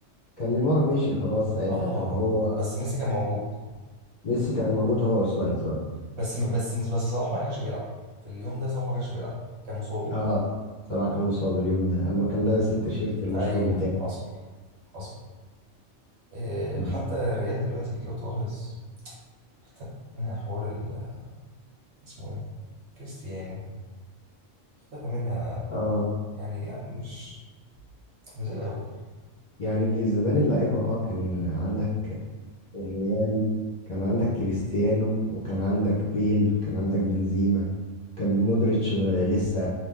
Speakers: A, on the left (about 40°); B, on the right (about 55°).
A: كان نيمار مشي خلاص ساعتها
B: اه
A: كان هو
B: بس ميسي كان موجود
A: ميسي كان موجود هو وسواريز اه
B: بس بس بس صلاح ما كانش بيلعب في اليوم ده صلاح ما كانش بيلعب كان مصاب
A: اه صراحة كان مصاب اليوم ده اما كان لابس التيشيرت المشهور
B: ايوه
A: بتاعه
B: حصل حصل إيه
A: بس
B: حتى الريال دلوقتي لو تلاحظ اختفى منها حوار ال- اسمه ايه كريستيانو اختفى منها
A: اه
B: يعني لا مش مش زي الاول
A: يعني زمان اللعيبة اه كان عندك الريال كان عندك كريستيانو وكان عندك بيل وكان عندك بنزيما كان مودريتش لسه